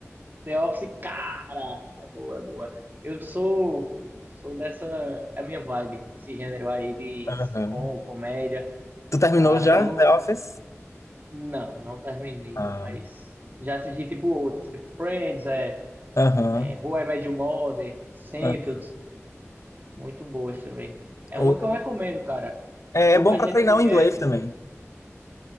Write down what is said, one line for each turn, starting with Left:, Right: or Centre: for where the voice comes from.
Right: The Office, cara! É boa, é boa. Eu sou, sou dessa. É a minha vibe, esse gênero aí de
Left: Aham.
Right: sitcom, comédia.
Left: Tu terminou
Right: Cara,
Left: já
Right: eu
Left: The Office?
Right: não, não terminei,
Left: Ah.
Right: mas já assisti tipo outros, tipo Friends, é,
Left: Aham.
Right: é How I Met Your Mother, Seinfeld,
Left: aham.
Right: muito boas também. É
Left: O-
Right: uma que eu recomendo, cara.
Left: É,
Right: Pouca
Left: é bom pra
Right: gente
Left: treinar
Right: conhece.
Left: o inglês também.